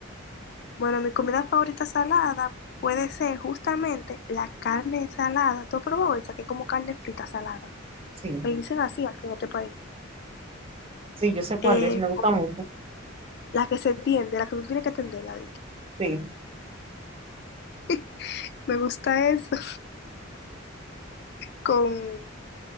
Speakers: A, on the left; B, on the right.
A: Bueno, mi comida favorita salada puede ser justamente la carne salada. ¿Tú has probado esa que es como carne frita salada?
B: Sí,
A: Le dicen así aquí en este país.
B: sí, yo sé cuál
A: Eh,
B: es, me gusta
A: con-
B: mucho.
A: la que se tiende, la que tú tienes que tenderla.
B: Sí,
A: <laughs> Me gusta eso con,